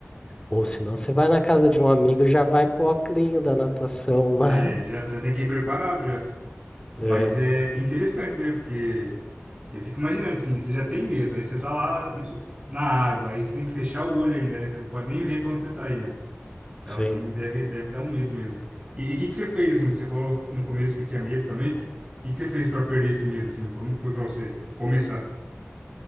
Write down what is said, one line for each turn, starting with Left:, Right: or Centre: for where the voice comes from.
Left: ou senão você vai na casa de um amigo e já vai com o óculinho da natação lá.
Right: É,
Left: <laughs>
Right: já, já tem que ir preparado já. Mas
Left: É,
Right: é interessante, né? Porque eu fico imaginando assim, você já tem medo, aí você tá lá, tipo, na água, aí você tem que fechar o olho ainda, né? Que você não pode nem ver pra onde você tá indo. Então,
Left: sim.
Right: assim, deve, deve dar um medo mesmo. E o que que você fez, assim? Você falou no começo que tinha medo também. O que que você fez para perder esse medo, assim? Como que foi para você começar?